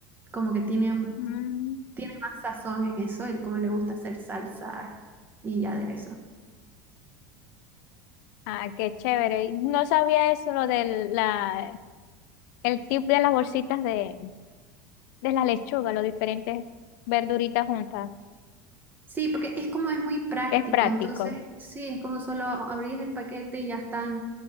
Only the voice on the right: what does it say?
como que tiene,
tiene más sazón en eso, él como le gusta hacer salsa y aderezo.
Sí, porque es como es muy práctico,
entonces sí, es como solo abrís el paquete y ya están